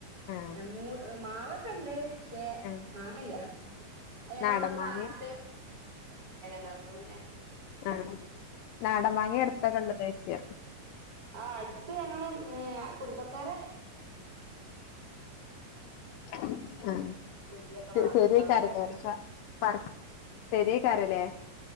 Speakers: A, on the left; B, on the right.
A: ആഹ്
B: ഞ മൂ മാവൊക്കെ ഉണ്ട് ശേ
A: ആഹ്
B: മാങ്ങില്ല അ ഞങ്ങള്
A: നാടൻ
B: ഇവിടെ
A: മാങ്ങേ
B: പാർത്ത് ഏതാണ്ട് അപ്പൊ പിന്നെ
A: ആ നാടൻ മങ്ങ്യ അടുതൊക്കെ ഉള്ളത് ഈസ്യ
B: ആ അടുത്ത് ഞങ്ങള് ഏ കുടുംബക്കാര
A: മൂ ആ
B: വീട്ടിലൊക്കെ മാങ്ങണ്ട്
A: ചെറിയ
B: അവിടൊക്കെ
A: കാര്യങ്ങൾക്ക് പറിച്ചിട്ട് പേരെല് കരല്ലേ